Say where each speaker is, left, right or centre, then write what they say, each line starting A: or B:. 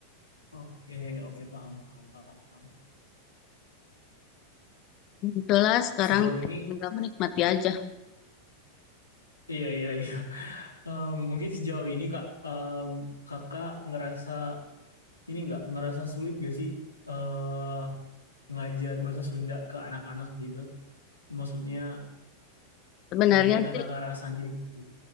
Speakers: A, on the left; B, on the left.
A: Oke, oke paham paham paham.
B: Itulah sekarang
A: sejauh ini
B: tinggal menikmati aja.
A: iya iya iya Em, mungkin sejauh ini kak em, kakak ngerasa ini nggak ngerasa sulit gak sih eh ngajar bahasa Sunda ke anak-anak gitu maksudnya
B: Sebenarnya
A: gimana
B: sih
A: kakak rasanya gitu